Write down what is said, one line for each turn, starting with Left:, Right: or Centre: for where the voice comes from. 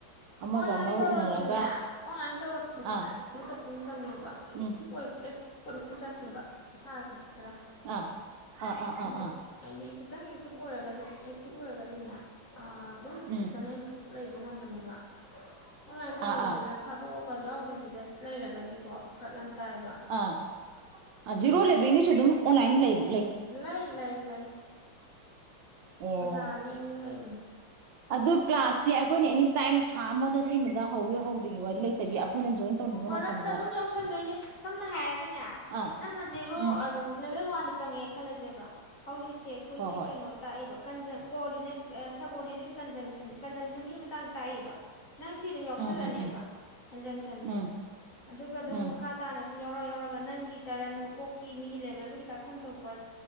Right: ꯑꯃꯒ
Left: ꯑꯣꯟꯂꯥꯏꯟ
Right: ꯑꯃꯒ
Left: ꯇꯧꯔꯁꯨꯅꯦ
Right: ꯎꯅꯔꯒ
Left: ꯑꯣꯟꯂꯥꯏꯟ ꯇꯧꯔꯁꯨꯅꯦ
Right: ꯑꯥ
Left: ꯀꯩꯅꯣ ꯇꯧꯕ ꯑꯃ ꯆꯪꯉꯦꯕ ꯑꯦꯛꯇꯤꯕ
Right: ꯎꯝ
Left: <unintelligible> ꯏꯁꯥꯁꯦ ꯈꯔ
Right: ꯑꯥ ꯑꯥ ꯑꯥ
Left: ꯍꯥꯏꯗꯤ
Right: ꯑꯥ ꯑꯥ
Left: ꯍꯥꯏꯗꯤ ꯈꯤꯇꯪ ꯑꯦꯛꯇꯤꯞ ꯑꯣꯏꯔꯒꯗꯤ ꯑꯦꯛꯇꯤꯞ ꯑꯣꯏꯔꯒꯗꯤꯅꯦ ꯑꯗꯨꯝ
Right: ꯎꯝ
Left: ꯐꯖꯅ ꯏꯝꯄ꯭ꯔꯨꯚ ꯂꯩꯕ ꯉꯝꯕꯅꯦꯕ ꯑꯣꯟꯂꯥꯏꯟ ꯇꯧꯔꯤꯅꯦ
Right: ꯑꯥ ꯑꯥ
Left: ꯊ ꯇꯣꯛꯑꯒ ꯌꯥꯎꯗꯕꯤꯗ ꯂꯩꯔꯒꯗꯤꯀꯣ ꯐꯔꯛ ꯌꯥꯝ ꯇꯥꯏꯌꯦꯕ
Right: ꯑꯥ ꯖꯤꯔꯣ ꯂꯩꯕꯒꯤꯁꯨ ꯑꯗꯨꯝ ꯑꯣꯟꯂꯥꯏꯟ ꯑꯗꯨꯝ ꯂꯩꯕ
Left: ꯂꯩ ꯂꯩ ꯂꯩ
Right: ꯑꯣ
Left: ꯑꯣꯖꯥ ꯑꯅꯤ ꯑꯍꯨꯝ ꯂꯩꯕꯅꯦ
Right: ꯑꯗꯨ ꯀ꯭ꯂꯥꯁꯇꯤ ꯑꯩꯈꯣꯏꯅ ꯑꯦꯅꯤꯇꯥꯏꯝ ꯊꯥ ꯑꯃꯗ ꯁꯤꯃꯗ ꯍꯧꯋꯤ ꯍꯧꯗꯒꯤ ꯋꯥꯔꯤ ꯂꯩꯇꯕꯤ ꯑꯩꯈꯣꯏꯅ ꯖꯣꯏꯟ ꯇꯧꯅꯤꯡꯕ
Left: ꯃꯔꯛꯇ
Right: ꯃꯇꯝꯗ
Left: ꯑꯗꯨꯝ ꯌꯥꯧꯁꯟꯗꯣꯏꯅꯤ ꯁꯝꯅ ꯍꯥꯏꯔꯒꯅꯦ
Right: ꯑꯥ
Left: ꯅꯪꯅ ꯖꯦꯔꯣ
Right: ꯎꯝ
Left: ꯂꯦꯚꯦꯜ ꯋꯥꯟ ꯆꯪꯉꯦ ꯈꯜꯂꯁꯦꯕꯍꯧꯖꯤꯛ ꯁꯦ ꯑꯩꯈꯣꯏꯁꯦ
Right: ꯍꯣꯏ ꯍꯣꯏ
Left: ꯀꯩꯅꯣ ꯇꯥꯛꯏꯕ ꯀꯣꯑꯣꯗꯤꯅꯦꯠ ꯁꯕꯑꯣꯔꯗꯤꯅꯦꯠ ꯀꯟꯖꯁꯟ ꯀꯟꯖꯪꯁꯟꯒꯤ ꯃꯇꯥꯡ ꯇꯥꯛꯏꯕ ꯅꯪ ꯁꯤ ꯑꯗꯨꯝ ꯌꯥꯎꯁꯜꯂꯅꯦꯕ
Right: ꯎꯝ ꯎꯝ ꯎꯝ
Left: ꯀꯟꯖꯪꯁꯟꯁꯦ
Right: ꯎꯝ
Left: ꯑꯗꯨꯒ ꯑꯗꯨꯝ
Right: ꯎꯝ
Left: ꯃꯈꯥ ꯇꯥꯅ ꯁꯨꯝ ꯌꯥꯎꯔ ꯌꯥꯎꯔꯒ ꯅꯪꯒꯤ ꯇꯔꯟ ꯃꯀꯣꯛꯀꯤ ꯃꯤꯒꯤ ꯂꯦꯚꯦꯜꯗꯨꯒꯤ ꯇꯥꯛꯐꯝ ꯊꯣꯛꯄ